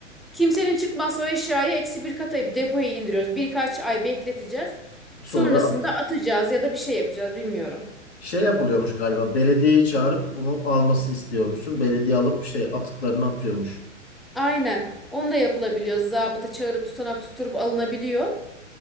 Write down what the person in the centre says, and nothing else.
Kimsenin çıkmazsa o eşyayı eksi bir kata depoya indiriyoruz. Birkaç ay bekleteceğiz.
Sonrasında atacağız ya da bir şey yapacağız bilmiyorum.
Aynen onu da yapılabiliyor. Zabıta çağırıp tutanak tutturup alınabiliyor.